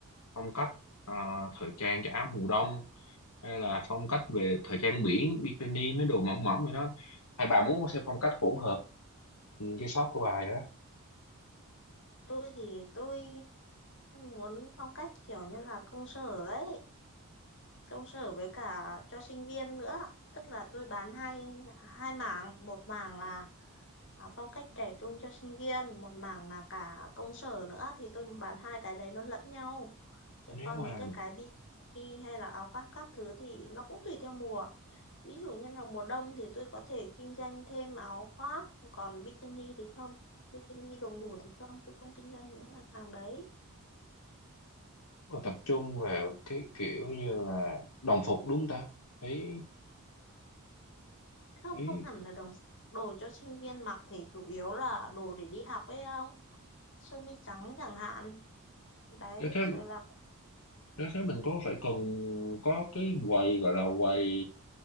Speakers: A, on the left; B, on the left.
A: phong cách à, thời trang cho áo mùa đông hay là phong cách về thời trang biển bikini mấy đồ mỏng mỏng rồi đó hay bà muốn theo phong cách hỗn hợp ừ, cái shop của bà vậy đó
B: tôi thì tôi muốn phong cách kiểu như là công sở ấy công sở với cả cho sinh viên nữa tức là tôi bán hai hai mảng một mảng là à, phong cách trẻ trung cho sinh viên một mảng là cả công sở nữa thì tôi bán hai cái đấy nó lẫn nhau chứ
A: nếu
B: còn
A: mà
B: những
A: là
B: cái cái bikini hay là áo khoác các thứ thì nó cũng tùy theo mùa Ví dụ như là mùa đông thì tôi có thể kinh doanh thêm áo khoác, còn bikini thì không. Bikini đồ ngủ thì không, tôi không kinh doanh những mặt hàng đấy.
A: Mà tập trung vào cái kiểu như là đồng phục đúng không ta thấy
B: Không,
A: thấy
B: không hẳn là đồ đồ cho sinh viên mặc thì chủ yếu là đồ để đi học ấy không? Sơ mi trắng chẳng hạn. Đấy,
A: nếu thế
B: rồi là
A: nếu thế mình có phải cần có cái quầy gọi là quầy